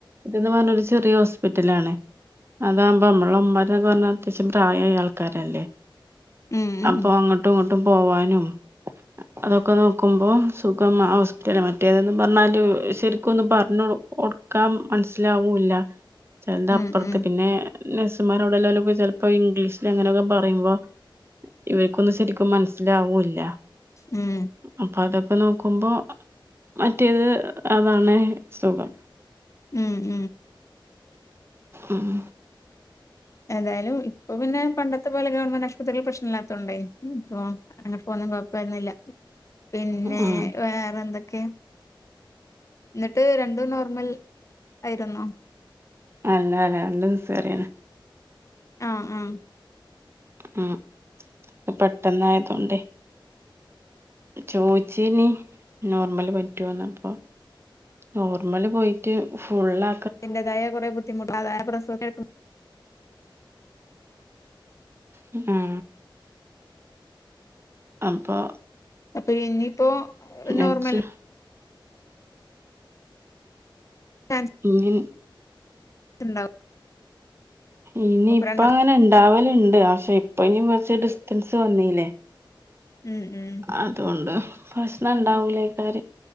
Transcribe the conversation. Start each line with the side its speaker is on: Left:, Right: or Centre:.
Right: ഇതൊരു നല്ലൊരു ചെറിയ ഹോസ്പിറ്റലാണ്. അതാവുമ്പോ അമ്മളെ ഇമ്മാര്ന്ന് പർഞാ അത്യാശ്യം പ്രായായ ആൾക്കാരല്ലേ.
Left: ഉം
Right: അപ്പൊ
Left: ഉം
Right: അങ്ങട്ടു ഇങ്ങട്ടു പോവാനും അതൊക്കെ നോക്കുമ്പോ സുഖം ആ ഹോസ്പിറ്റല മറ്റേതെന്ന് പറഞ്ഞാല് ശരിക്കൊന്ന് പർഞ്ഞു കൊടുക്കാം മൻസ്സിലാവൂല്ല ചെൽത്
Left: ഉം
Right: അപ്പർത്ത്
Left: ഉം
Right: പിന്നെ നെസ്സുമാരോടെല്ലാലുപ്പ ചെൽപ്പോ ഇംഗ്ലീഷില് അങ്ങനെയൊക്കെ പറയുമ്പോ ഇവര്ക്കൊന്നും ശരിക്കും മൻസ്സിലാവൂല്ല.
Left: ഉം.
Right: അപ്പൊ അത അപ്പൊ നോക്കുമ്പോ മറ്റേത് അതാണ് സുഖം.
Left: ഉം ഉം.
Right: ഉം.
Left: ഏതായ്ലും ഇപ്പൊ പിന്നെ പണ്ടത്തെ പോലെ ഗവൺമെന്റ് ആശുപത്രി പ്രശ്നല്ലാത്തോണ്ടേ പോവാം ഇഞ്ഞിപ്പൊന്നും കൊഴപ്പാന്നില്ല പിന്നെ
Right: ഉം
Left: വേറെ എന്തൊക്കെ ഇന്നിട്ട് രണ്ടും നോർമൽ ആയിരുന്നോ.
Right: അല്ല അല്ല രണ്ടു സിസേറിയന.
Left: ആഹ് ആഹ്.
Right: ഉം ഇത് പെട്ടെന്നായതൊണ്ടേ. ചോയ്ച്ചിനി നോർമല് പറ്റോന്ന് അപ്പൊ നോർമല് പോയിറ്റ് ഫുള്ള
Left: അയിന്റേതായ കുറെ ബുദ്ധിമുട്ട് അതായത് പ്രസവം
Right: ഉം. അപ്പോ
Left: അപ്പൊ ഇനിപ്പൊ നോർമൽ
Right: അച്ചു
Left: ചാൻസ്
Right: ഇല്ലെ
Left: ഇണ്ടാവും
Right: ഇനിയിപ്പ
Left: രണ്ടെണ്ണം
Right: അങ്ങനെ ഇണ്ടാവല്ണ്ട് പക്ഷെ ഇപ്പ ഇനി കൊറച്ച് ഡിസ്റ്റൻസ് വന്നീലെ.
Left: ഉ ഉം.
Right: അതോണ്ട പ്രശ്നണ്ടാവൂലേക്കാര്.